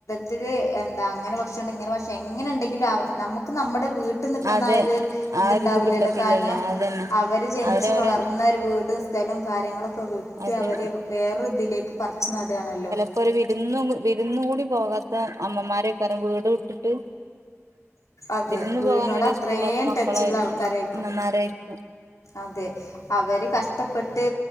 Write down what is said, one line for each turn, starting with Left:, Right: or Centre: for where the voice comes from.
Left: ത്തില് എന്താ അങ്ങനെ ഭക്ഷണം ഇങ്ങനെ ഭക്ഷണം എങ്ങനെ ഇണ്ടെങ്കിലും അവ നമുക്ക് നമ്മുടെ വീ ട്ട് നിക്കുന്ന
Right: അതെ
Left: ആ ഒര്
Right: ആ
Left: ഇത്ണ്ടാവൂലല്ലോ
Right: ഒരിത് കിട്ടത്തില്ലല്ലോ
Left: കാരണം
Right: അതന്നെ
Left: അവര് ജൻച്ച്
Right: അവരവരെ
Left: വളർന്ന ഒരു വീട് സ്ഥലം കാര്യങ്ങളൊക്കെ വിട്ട്
Right: അതെ
Left: അവര് വേറര് ഇതിലേക്ക് പർച്ച് നടാണല്ലോ
Right: ഇപ്പ ഒരു വിരുന്നും വിരുന്നു കൂടി പോകാത്ത അമ്മമാരെക്കാരം വീട് വിട്ടിട്ട്
Left: അതെ
Right: വിരുന്ന്
Left: വീടിനോട്
Right: പോകാന് വരെ
Left: അത്രയും
Right: ഇഷ്ടല്ലാത്ത മക്കളായ്ര്
Left: ടച്ചുള്ള ആൾക്കാരായിരിക്കും
Right: ഉമ്മമാരായിരിക്കും.
Left: അതെ അവര് കഷ്ടപ്പെട്ട്